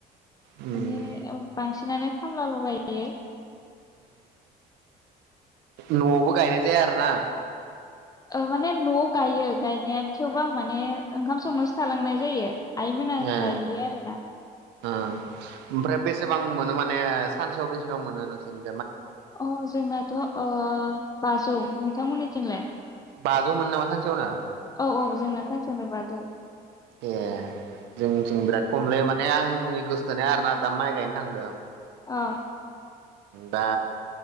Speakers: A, on the right (about 85°); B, on the left (about 20°).
A: उम
B: बि बांसिनानो खामला लगायो।
A: नआवबो गायनाय जाया आर ना।
B: माने नआव गायो गायनाया थेवबोा आं माने ओंखाम संनोसो थालांनाय जायो। यम नां
A: ए
B: गाय आरोना।
A: ओमफ्राय बेसेबां मोनो माने सानसेयाव बेसेबां मोनो नोंसोरनि?
B: अ जोंनाथ अ। औौ नोंथांमोननिथिंलाय?
A: बाजौमोन नामा? सानसेयावनो।
B: औ औ जोंना सानसेनि बाजौ।
A: ए जोंथिं बिराद खमलै माने आंनि गोसथोना आरोना दा माइ गायनो थांदों।
B: औ।
A: दा